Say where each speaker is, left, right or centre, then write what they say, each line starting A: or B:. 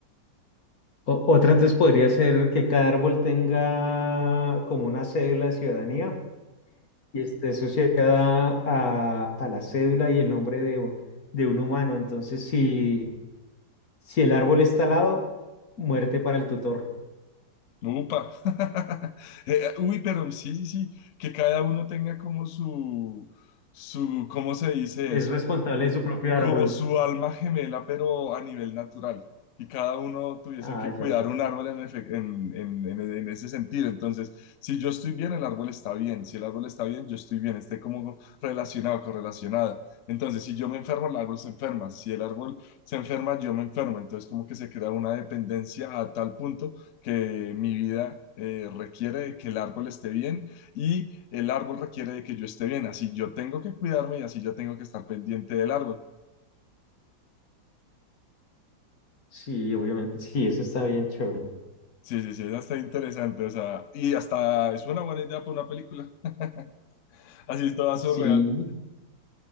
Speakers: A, on the left; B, on the left.
A: O- otra entonces podría ser que cada árbol tenga como una cédula de ciudadanía y esté asociada a, a la cédula y el nombre de, u- de un humano. Entonces, si, si el árbol está al lado, muerte para el tutor.
B: Upa. <laughs> Eh, uy, pero sí, sí, sí, que cada uno tenga como su, su, ¿cómo se dice
A: Es
B: eso?
A: responsable de su propio
B: como
A: árbol.
B: su alma gemela, pero a nivel natural, y cada uno tuviese
A: Ah,
B: que
A: ya.
B: cuidar un árbol en, efe- en, en, en- en ese sentido. Entonces, si yo estoy bien, el árbol está bien, si el árbol está bien, yo estoy bien, esté como relacionado, correlacionado. Entonces, si yo me enfermo, el árbol se enferma, si el árbol se enferma, yo me enfermo. Entonces, como que se crea una dependencia a tal punto que mi vida... eh, requiere de que el árbol esté bien y el árbol requiere de que yo esté bien. Así yo tengo que cuidarme y así yo tengo que estar pendiente del árbol.
A: Sí, obviamente. Sí, eso está bien chévere.
B: Sí, sí, sí, esa está interesante, o sea, y hasta es una buena idea para una película. <laughs> Así es toda surreal.
A: Sí.